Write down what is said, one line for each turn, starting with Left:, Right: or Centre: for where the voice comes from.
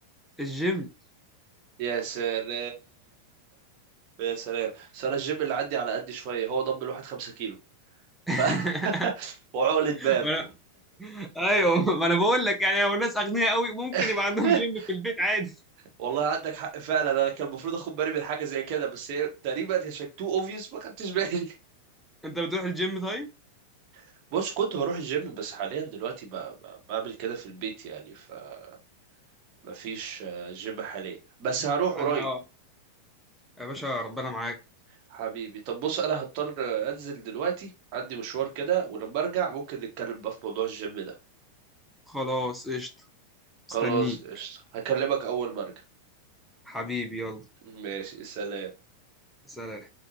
Centre: الجيم
Right: يا سلام يا سلام بس انا الجيم اللي عندي على قد شويه هو ضم الواحد خمسة كيلو ف
Centre: <laughs>
Right: <laughs> وعقلة باب
Centre: ما أنا... ايوه ما انا بقول لك يعني لو الناس اغنياء قوي ممكن يبقى
Right: <laughs>
Centre: عندهم جيم في البيت عادي
Right: والله عندك حق فعلا انا كان المفروض اخد بالي من حاجه زي كده بس هي تقريبا عشان تو اوبفيوس ما خدتش بالي
Centre: انت بتروح الجيم طيب
Right: <laughs> بص كنت بروح الجيم بس حاليا دلوقتي ب- ب- بعمل كده في البيت يعني فما فيش آه، جيم حاليا بس هروح قريب
Centre: انا يا باشا ربنا معاك
Right: حبيبي طب بص انا هضطر آه، انزل دلوقتي عندي مشوار كده ولما ارجع ممكن نتكلم بقى في موضوع الجيم ده
Centre: خلاص قشطة مستنيك
Right: خلاص قشطة هكلمك اول ما ارجع
Centre: حبيبي يلا
Right: <laughs> ماشي سلام
Centre: سلام